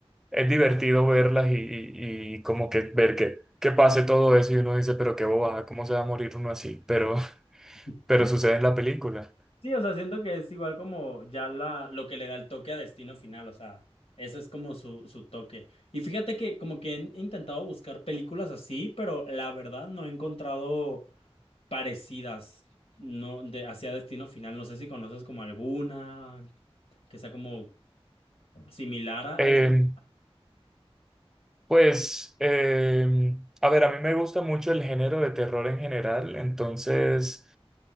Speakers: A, in the centre; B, on the left (about 70°).
A: es divertido verlas y, y- y como que ver que, que pase todo eso y uno dice, pero qué bobada, ¿cómo se va a morir uno así? Pero, <laughs>
B: <laughs>
A: pero sucede en la película.
B: Sí, o sea, siento que es igual como ya la, lo que le da el toque a Destino Final, o sea, ese es como su, su toque. Y fíjate que como que he intentado buscar películas así, pero la verdad no he encontrado parecidas, no, de, hacia Destino Final. No sé si conoces como alguna que sea como similar a,
A: Eh,
B: a Destino.
A: pues, eh, a ver, a mí me gusta mucho el género de terror en general, entonces...